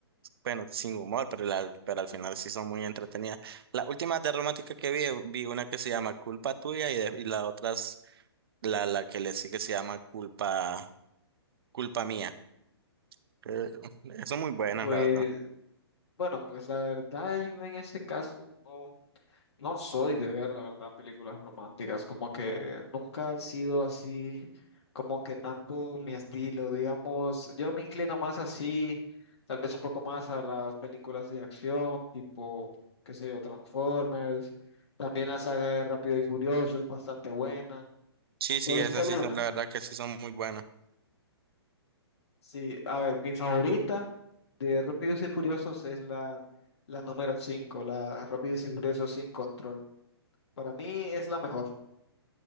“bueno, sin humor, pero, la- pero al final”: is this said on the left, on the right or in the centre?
Right